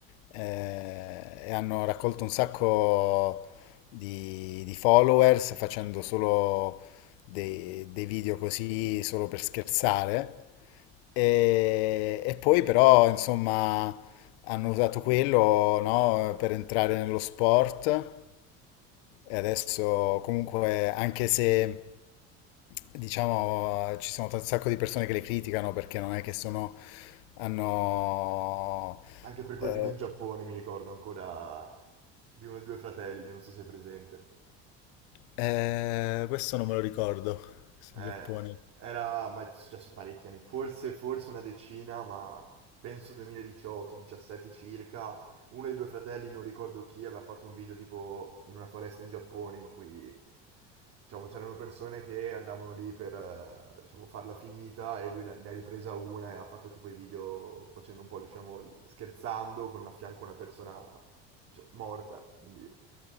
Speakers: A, on the left; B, on the right.
A: eh, e hanno raccolto un sacco di, di followers facendo solo dei, dei video così, solo per scherzare. E, e poi però, insomma, hanno usato quello, no, per entrare nello sport e adesso comunque anche se diciamo ci sono un sacco di persone che le criticano perché non è che sono hanno
B: Anche per quel
A: eh,
B: video in Giappone mi ricordo ancora di uno dei due fratelli, non so se è presente.
A: eh, questo non me lo ricordo, questo
B: Eh,
A: in Giappone.
B: era, ma è successo parecchi anni, forse, forse una decina, ma penso 2018-17 circa. Uno dei due fratelli, non ricordo chi, aveva fatto un video tipo in una foresta in Giappone in cui, diciamo, c'erano persone che andavano lì per, eh, diciamo, farla finita e lui la- ne ha ripresa una e ha fatto tipo i video facendo un po', diciamo, scherzando con a fianco una persona cioè, morta, quindi...